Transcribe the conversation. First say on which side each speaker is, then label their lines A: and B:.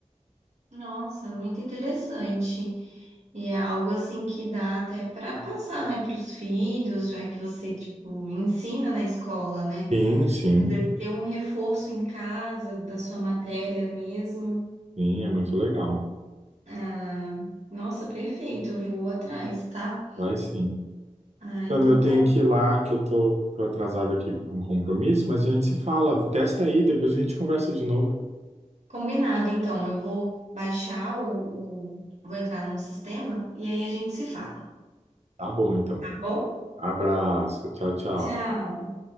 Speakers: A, on the right; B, on the right.
A: Nossa, muito interessante. E é algo assim que dá até para passar, né, para os filhos, já que você, tipo, ensina na escola, né?
B: Sim, sim,
A: Poder ter um reforço em casa da sua matéria mesmo.
B: sim, é muito legal.
A: Ah, Nossa, perfeito, eu vou atrás, tá?
B: Vai sim.
A: Ah,
B: então
A: então
B: eu tenho
A: tá
B: que ir lá, que eu tô, tô atrasado aqui para um compromisso, mas a gente se fala. Testa aí, depois a gente conversa de novo.
A: combinado. Então, eu vou baixar o, o... Vou entrar no sistema e aí a gente se fala,
B: Tá bom, então.
A: tá bom?
B: Abraço, tchau, tchau.
A: Tchau!